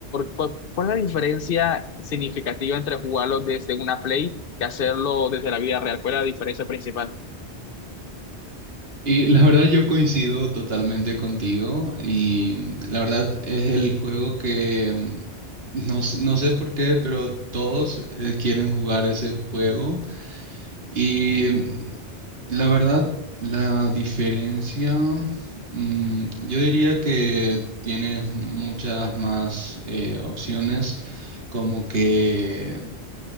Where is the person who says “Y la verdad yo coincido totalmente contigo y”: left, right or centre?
Right